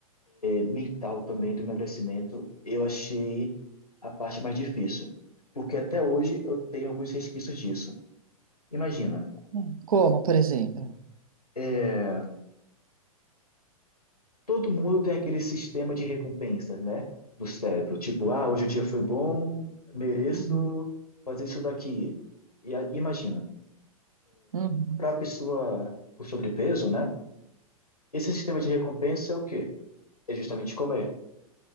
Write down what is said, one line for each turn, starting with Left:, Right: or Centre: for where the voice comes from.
Left: mental também do emagrecimento, eu achei a parte mais difícil, porque até hoje eu tenho alguns resquícios disso. Imagina,
Right: Hum, Como, por exemplo?
Left: é, todo mundo tem aquele sistema de recompensas, né, do cérebro, tipo, ah, hoje o dia foi bom, mereço
Right: uhum,
Left: fazer isso daqui. E a- imagina,
Right: Uhum.
Left: para a pessoa com sobrepeso, né, esse sistema de recompensa é o quê? É justamente comer.